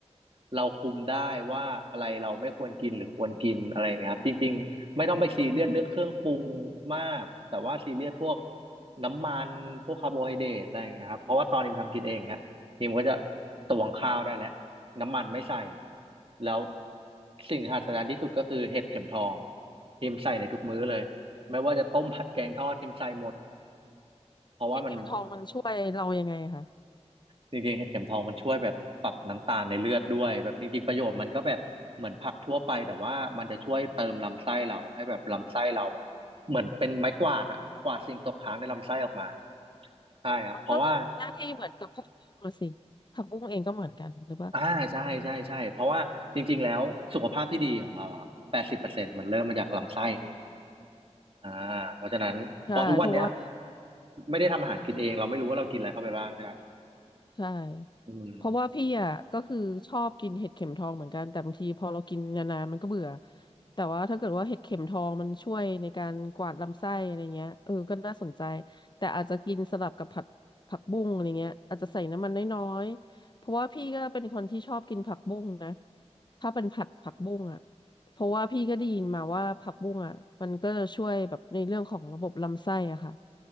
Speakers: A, on the right; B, on the left.
A: เราคุมได้ว่าอะไรเราไม่ควรกินหรือควรกินอะไรเงี้ยครับจริงๆไม่ต้องไปซีเรียสเรื่องเครื่องปรุงมากแต่ว่าซีเรียสพวกน้ำมันพวกคาร์โบไฮเดรตอะไรเงี้ยครับเพราะว่าตอนนี้ทำกินเองเน ทีมก็จะตวงข้าวได้แล้วน้ำมันไม่ใส่แล้วสิ่งที่หัศจรรย์ที่สุดก็คือเห็ดเข็มทองทีมใส่ในทุกมื้อเลยไม่ว่าจะต้มผัดแกงทอดทีมใส่หมดเพราะว่ามัน
B: เห็ดเข็มทองมันช่วยเรายังไงคะ
A: จริงๆเห็ดเข็มทองมันช่วยแบบปรับน้ำตาลในเลือดด้วยแบบจริงๆประโยชน์มันก็แบบเหมือนผักทั่วไปแต่ว่ามันจะช่วยเติมลำไส้เราให้แบบลำไส้เราแบบเหมือนเป็นไม้กวาดอะกวาดสิ่งตกค้างในลำไส้ออกมาใช่ครับเพราะว่า
B: มันก็ทำหน้าที่เหมือนกับผักบุ้งอะสิผักบุ้งเองก็เหมือนกันหรือเปล่า
A: อ่าใช่ใช่ใช่เพราะว่าจริงๆแล้วสุขภาพที่ดีของเราอะครับแปดสิบเปอร์เซ็นต์มันเริ่มมาจากลำไส้อ่าเพราะฉะนั้นพอทุกวันเนี้ย
B: ใช่เพราะว่า
A: ไม่ได้ทำอาหารกินเองเราไม่รู้ว่าเรากินอะไรเข้าไปบ้างใช่ไหม
B: ใช่
A: อืม
B: เพราะว่าพี่อ่ะก็คือชอบกินเห็ดเข็มทองเหมือนกันแต่บางทีพอเรากินนานๆมันก็เบื่อแต่ว่าถ้าเกิดว่าเห็ดเข็มทองมันช่วยในการกวาดลำไส้อะไรเงี้ยเออก็น่าสนใจแต่อาจจะกินสลับกับผัดผักบุ้งอะไรเงี้ยอาจจะใส่น้ำมันน้อยๆเพราะว่าพี่ก็เป็นคนที่ชอบกินผักบุ้งนะถ้าเป็นผัดผักบุ้งอ่ะเพราะว่าพี่ก็ได้ยินมาว่าผักบุ้งอ่ะมันก็ช่วยแบบในเรื่องของระบบลำไส้อ่ะค่ะ